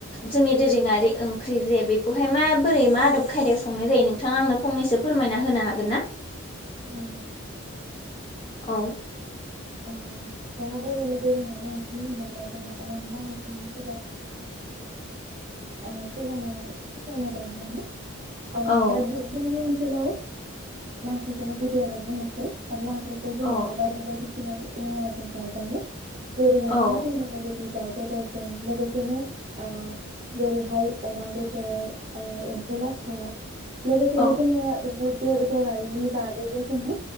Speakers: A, on the left (about 25°); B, on the right (about 35°).
A: जोंनि दोरोङारि ओंख्रि जे बेखौहाय मा माबोरै मा आदब खायदायाव संनाय जायो नोंथाङा आं फंनैसो फोरमायना होनो हागोन ना?
B: औ <unintelligible>
A: औ
B: ओं दा बर'नि दोरोङारि ओंख्रि होनोब्ला जोंना अनला ओंख्रिखौसो <unintelligible> आ सिगांनो
A: औ
B: <unintelligible> <unintelligible> खौनो गिबियावनो बुंनोसै अनला औंख्रिखौ जोंना
A: औ
B: बायदि बायदि मुवाजों जाजायो जेरै नोंथाङा
A: औ
B: फोरमनायबायदि दाउ बेदरजों लोगोसेनो ओ जेरैहाय अमा बेदर एम्फौ लाथा लोगोसेनो
A: औ
B: जोङो बेफोर बेदर आरिनि बागैबो जोङो